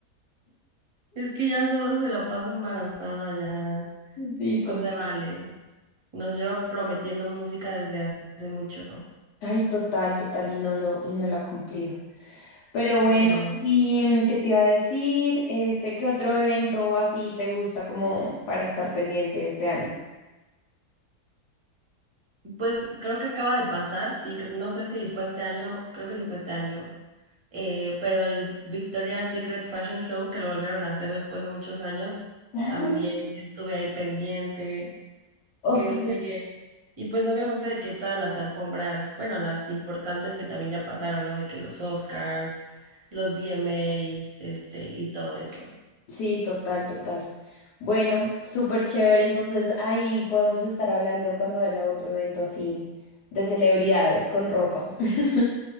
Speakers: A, on the right; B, on the left.
A: Es que ya solo se la pasa embarazada, ya
B: Sí, total.
A: no se vale. Nos lleva prometiendo música desde hace mucho.
B: Ay, total, total, y no lo, y no lo ha cumplido. Pero
A: No.
B: bueno, ¿y mm, qué te iba a decir? Este, ¿qué otro evento así te gusta como para estar pendiente este año?
A: Pues creo que acaba de pasar, sí, cre- no sé si fue este año, creo que sí fue este año. Eh, pero el Victoria's Secret Fashion Show, que lo volvieron a hacer después de muchos años,
B: Ah,
A: también estuve ahí pendiente.
B: Ok.
A: Este, y pues obviamente de que todas las alfombras, bueno, las importantes que también ya pasaron, ¿no? De que los Oscars, los VMAs, este, y todo eso.
B: Sí, total, total. Bueno, súper chévere. Entonces ahí podemos estar hablando cuando haya otro evento así de celebridades con ropa. <laughs>